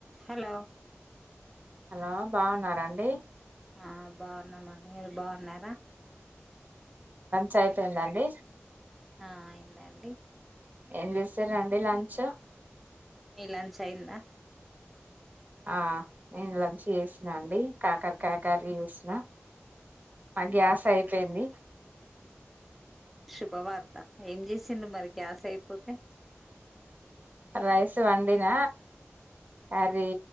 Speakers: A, in the centre; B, on the right (about 40°).
A: Hello
B: hello బావున్నార అండి
A: ఆ బావున్నమండి మీరు బావున్నరా
B: చైపోందండి
A: ఆ ఐందండి
B: ఎం చేసిర్రండి లంచ్
A: మి లంచ్ అయిందా
B: ఆ నేన్ లంచ్ చేశ్నా అండి కాకర్కాయ కర్రీ చేశ్న మా గ్యాస్ ఐపోయింది
A: శుభవార్త ఏం చేసింరు మరి గ్యాస్ ఐపోతే
B: రైస్ వండిన కరీ